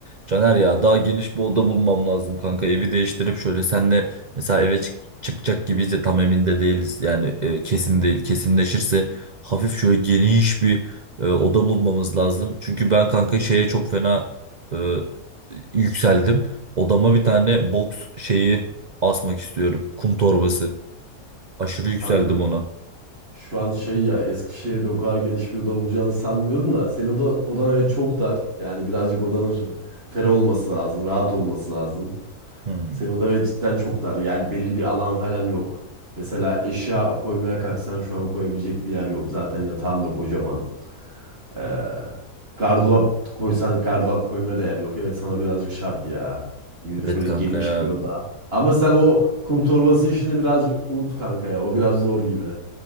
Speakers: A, on the right; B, on the right.
A: Caner ya daha geniş bir oda bulmam lazım kanka. Evi değiştirip şöyle senle mesela eve çık çıkacak gibiyiz de tam emin de değiliz. Yani e, kesin değil. Kesinleşirse hafif şöyle geniş bir e, oda bulmamız lazım. Çünkü ben kanka şeye çok fena e, yükseldim. Odama bir tane box şeyi asmak istiyorum. Kum torbası. Aşırı yükseldim
B: Kanka
A: ona.
B: şu an şey ya Eskişehir'de o kadar geniş bir oda bulacağını sanmıyorum da senin odan, odan evet çok dar. Yani birazcık odanın ferah olması lazım, rahat olması lazım.
A: Hmm.
B: Senin odan evet cidden çok dar. Yani belli bir alan falan yok. Mesela eşya koymaya kalksan şu an koyabilecek bir yer yok. Zaten yatağın da kocaman. Ee, gardırop koysan gardırop koymaya da yer yok. Evet sana birazcık şart ya. Yürü
A: Evet
B: Şöyle
A: kanka
B: geniş
A: ya.
B: bir oda. Ama sen o kum torbası işini biraz unut kanka ya. O biraz zor gibi.